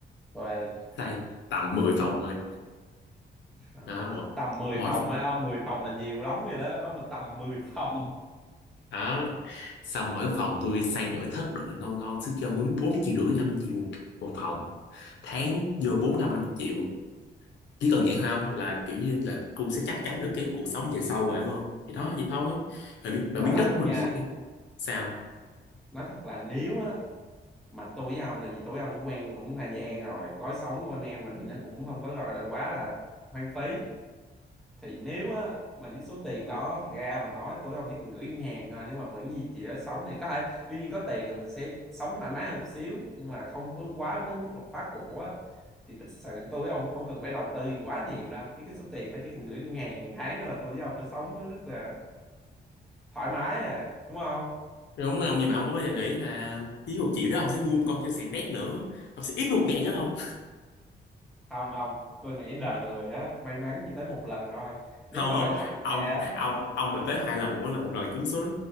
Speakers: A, in the centre; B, on the left (about 90°).
A: rồi
B: xây tầm 10 phòng thôi
A: à,
B: đó một
A: tầm 10
B: mỗi
A: phòng ấy ông 10 phòng là nhiều lắm rồi đó đó mà tầm 10 phòng
B: đó xong mỗi phòng tôi xây nội thất đồ lên ngon ngon sức cho mướn bốn triệu rưỡi năm triệu một, một phòng tháng vô
A: Đúng rồi
B: bốn
A: bạn.
B: năm năm triệu chỉ cần vậy thôi không là kiểu như là cô sẽ chắc chắn được cái cuộc sống về sau rồi đúng không thì đó vậy thôi rồi, mi- mà
A: nhưng
B: miếng
A: mà nói
B: đất
A: thật
B: của mình
A: nha
B: <laughs> sao
A: nói thật là nếu á mà tôi với ông tại vì tôi với ông cũng quen cũng thời gian rồi lối sống của anh em mình thì nó cũng không có gọi là quá là hoang phí thì nếu á mà với số tiền đó thật ra mà nói tôi với ông chỉ cần gửi ngân hàng thôi nếu mà vẫn duy trì lối sống này có thể tuy nhiên có tiền thì mình sẽ sống thoải mái hơn một xíu nhưng mà không có quá đến mức là phá cục á thì thực sự tôi với ông cũng không cần phải đầu tư gì quá nhiều đâu chứ cái số tiền nó chỉ cần gửi ngân hàng hàng tháng là tôi với ông nó sống nó rất là thoải mái rồi đúng không
B: đúng không nhưng mà ông có bao giờ nghĩ là với một triệu đó ông sẽ mua một con trên sàn đét nữa ông sẽ ít một ngàn nữa không
A: không không tôi nghĩ đời người á may mắn chỉ tới một lần thôi nếu
B: không
A: mà
B: không
A: nói thẳng
B: ông
A: ra á
B: ông ông mà tới hai lần mỗi lần một lần trúng số <laughs> đó,